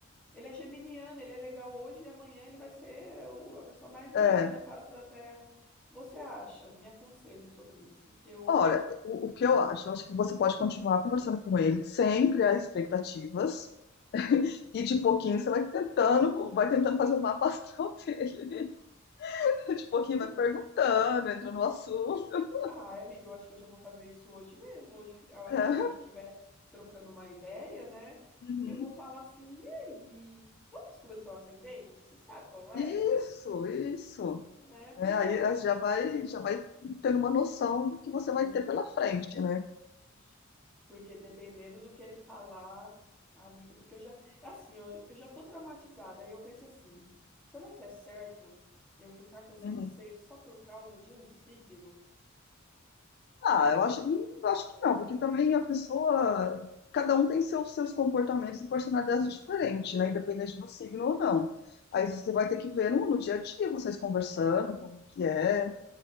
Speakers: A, in the centre; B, on the left.
A: Ele é geminiano, ele é legal hoje e amanhã ele vai ser o- a pessoa mais ruim
B: é.
A: da face da Terra. Você acha? Me aconselho sobre isso, que eu,
B: Olha, o, o que eu acho, eu acho que você pode continuar conversando com ele sem criar expectativas e de pouquinho você vai tentando, vai tentando fazer o mapa astral dele. <laughs> De pouquinho
A: né?
B: vai perguntando, entra no assunto. <laughs>
A: Ah, amiga, eu acho que eu já vou fazer isso hoje mesmo. Hoje, a hora
B: É.
A: que a gente estiver trocando uma ideia, né?
B: Uhum.
A: Eu vou falar assim, e aí? Vamos descobrir seu ascendente? Você sabe qual é?
B: Isso, isso.
A: É, porque
B: É, aí aí já vai, já vai tendo uma noção do que você
A: é,
B: vai ter pela frente, né?
A: Ge- Porque dependendo do que ele falar, amiga, porque eu já, assim, ó, eu já tô traumatizada, aí eu penso assim, será que é certo eu ficar com esse
B: Uhum.
A: receio só por causa de um signo?
B: Ah, eu acho, hum, acho que não, porque também a pessoa. Cada um tem seus, seus comportamentos e personalidades diferentes, né? Independente do signo ou não. Aí você vai ter que ver no, no dia a dia, vocês conversando, como que é,